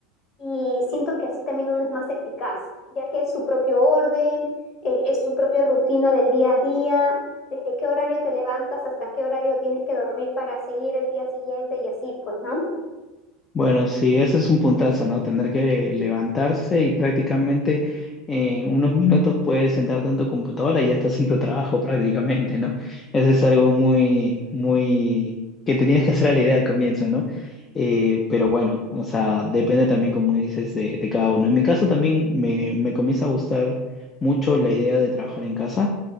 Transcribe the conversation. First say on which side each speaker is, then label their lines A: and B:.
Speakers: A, on the left; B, on the left.
A: Y siento que así también uno es más eficaz, ya que es su propio orden, eh, es su propia rutina del día a día, desde qué horario te levantas hasta qué horario tienes que dormir para seguir el día siguiente y así, pues, ¿no?
B: Bueno, sí, ese es un puntazo, ¿no? Tener que levantarse y prácticamente en unos minutos puedes sentarte en tu computadora y ya estás en tu trabajo <laughs> prácticamente, ¿no? Eso es algo muy, muy, que te tienes que hacer a la idea al comienzo, ¿no? Eh, pero bueno, o sea, depende también, como dices, de, de cada uno. En mi caso también me, me comienza a gustar mucho la idea de trabajar en casa.